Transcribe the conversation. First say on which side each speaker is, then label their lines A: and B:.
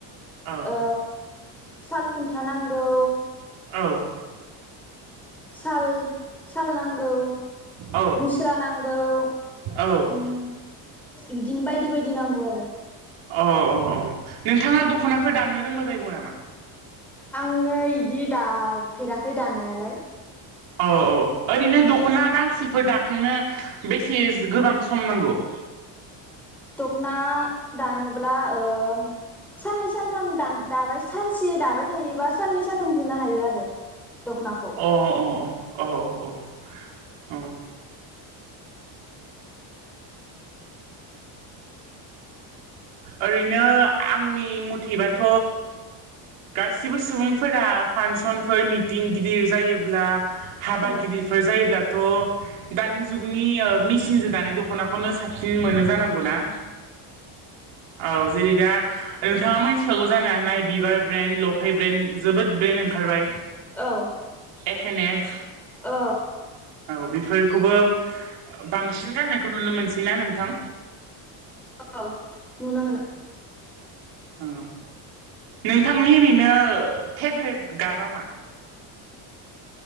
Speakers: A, on the right (about 75°); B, in the centre.
A: औ
B: ओ साल खुन्थानांगौ
A: औ
B: साल साल नांगौ।
A: औ
B: मुस्रा नांगौ ओम।
A: औ
B: बिदिनो बायदि बायदि नांगौ आरो्
A: अ औ औ नोंथाङा दख'नाफोर दानो रोंबायबायगौ नामा?
B: आङो इदि दाफेराखै दानायालाय।
A: औ औ ओरैनो दख'ना गांसेफोर दाखांनो बेसे गोबां सम नांगौ? <inaudible>
B: दख'ना दानोब्ला ओम साननै सानथाम दाबा सानसे दाबाय थायोबा साननै सानथाम जोंनो हायो आरो। दख'नाखौ
A: अ अ औ औ औ औ ओरैनो आंनि मुथैबाथ' गासिबो सुबुंफोरा फांसनफोर मिथिं गिदिर जायोब्ला। हाबा
B: उम
A: गिदिरफोर जायोब्ला। थ' दानि जुगनि मेसिनजों दानाय दख'नाखौनो साबसिन मोनो जानांगौ ना। <inaudible> औ जेरै दा नोंथाङा मोनथिखागौ जानो हानाय बिबार ब्रेन्ड लफाय ब्रेन्ड जोबोद ब्रेन्ड देन ओंखारबाय
B: औ
A: एफ एन एफ
B: औ
A: औ बेफोरखौबो बांसिन गाननायखौ नुनो मोनसैना नोंथां।
B: औ नुनो मोनो
A: औ नोंथांनि ओरैनो फेभरेट गाबा मा?